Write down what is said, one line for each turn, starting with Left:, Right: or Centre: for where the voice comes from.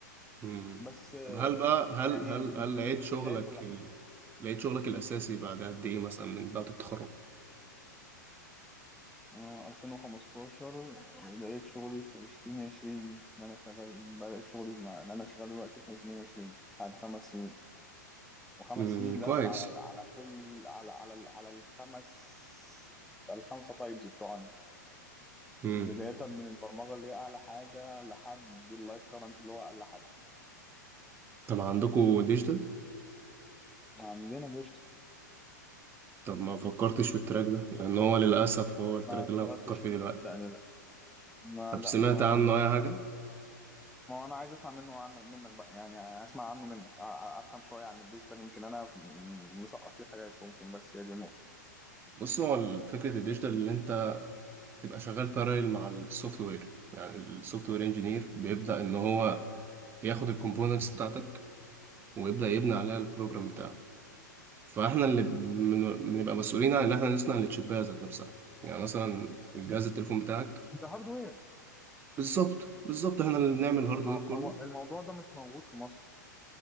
Right: امم
Centre: بس آه،
Right: طب هل بقى هل
Centre: يعني
Right: هل هل لقيت شغلك
Centre: البداية كلها
Right: ال... لقيت شغلك الاساسي بعد قد ايه مثلا من بعد التخرج
Centre: آه، 2015 بدأت شغلي في 2020 إن أنا شغال بدأت شغلي مع إن أنا شغال دلوقتي في 2020 بعد خمس سنين وخمس
Right: امم
Centre: سنين
Right: كويس
Centre: لف على على كل على على على الخمس الخمسه تايبز بتوعنا
Right: امم
Centre: بداية من البرمجة اللي هي أعلى حاجة لحد اللايف كرنت اللي هو أقل حاجة
Right: طب عندكوا ديجيتال
Centre: عندنا ديجيتال
Right: طب ما فكرتش في التراك
Centre: بس
Right: ده لان هو للاسف هو التراك
Centre: ما
Right: اللي
Centre: اشتغلتش
Right: انا بفكر فيه
Centre: فيه
Right: دلوقتي
Centre: صدقني لا ما
Right: طب
Centre: لا
Right: سمعت
Centre: ما
Right: عنه اي حاجه
Centre: ما هو أنا عايز أسمع منه عنك منك بقى يعني أسمع عنه منك أ- أ- أفهم شوية عن الديجيتال يمكن أنا مسقط فيه حاجات ممكن بس هي دي النقطة.
Right: بص هو ال- فكره الديجيتال اللي انت تبقى شغال باراليل مع السوفت وير يعني السوفت وير انجينير بيبدا ان هو ياخد الكومبوننتس بتاعتك ويبدا يبني عليها البروجرام بتاعه فاحنا اللي بن- بنبقى مسؤولين عن ان احنا نصنع التشيبات ذات نفسها يعني مثلا الجهاز التليفون بتاعك
Centre: ده هاردوير
Right: بالظبط بالظبط احنا اللي بنعمل الهاردوير
Centre: هو
Right: كله
Centre: هو الموضوع ده مش موجود في مصر